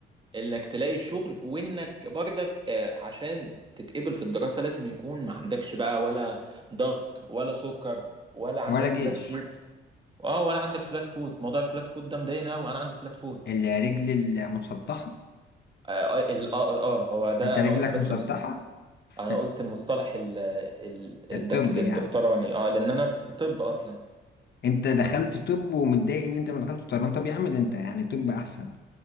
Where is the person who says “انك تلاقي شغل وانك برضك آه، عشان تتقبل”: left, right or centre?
Right